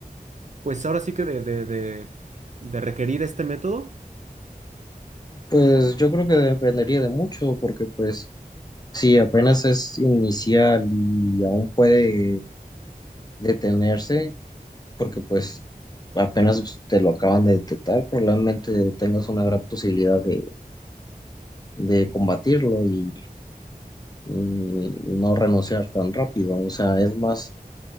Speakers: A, on the right; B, on the left.
A: pues ahora sí que de, de, de, de requerir este método?
B: Pues yo creo que dependería de mucho, porque pues Sí, apenas es inicial y aún puede detenerse porque pues apenas te lo acaban de detectar, probablemente tengas una gran posibilidad de, de combatirlo y, y no renunciar tan rápido. O sea, es más